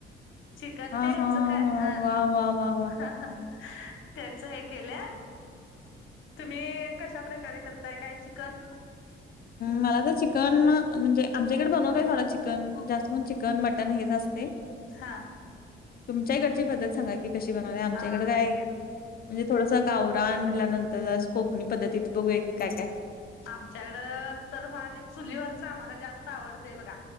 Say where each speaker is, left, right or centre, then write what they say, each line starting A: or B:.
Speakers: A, on the left (about 75°); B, on the left (about 50°).
A: चिकन
B: हा
A: ते हेच
B: हा
A: काय
B: हा
A: अ
B: वा वा वा वा
A: हा हा त्याच हे केल्या तुम्ही कशा प्रकारे करताय काय चिकन?
B: मला तर चिकन म्हणजे आमच्याकडे बनवतय थोडं चिकन जास्त करून चिकन मटन हेच असते
A: हा.
B: तुमच्या ही कडची पद्धत सांगा की कशी बनता आमच्या
A: अ
B: कडे काय म्हणजे थोडस गावरा म्हणल्यानंतर जरा कोकणी पद्धतीत बघूया की काय काय
A: आमच्याकडं तर पहा ते चुलीवरच आम्हाला जास्त आवडतंय बघा